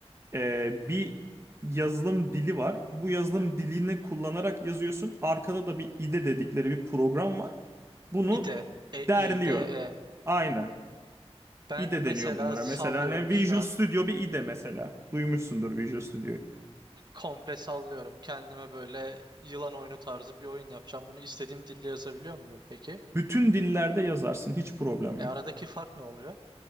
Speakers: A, on the right; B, on the right.
A: eee, bir yazılım dili var. Bu yazılım dilini kullanarak yazıyorsun. Arkada da bir IDE dedikleri bir program var. Bunu
B: İde. E,
A: derliyor.
B: İde, E.
A: Aynen. IDE
B: Ben mesela
A: deniyor bunlara.
B: sallıyorum
A: Mesela ne? Visual
B: şu an.
A: Studio bir IDE mesela. Duymuşsundur Visual Studio'yu.
B: komple sallıyorum. Kendime böyle yılan oyunu tarzı bir oyun yapacağım. Bunu istediğim dille yazabiliyor muyum peki?
A: Bütün dillerde yazarsın. Hiç problem
B: E
A: yok.
B: aradaki fark ne oluyor?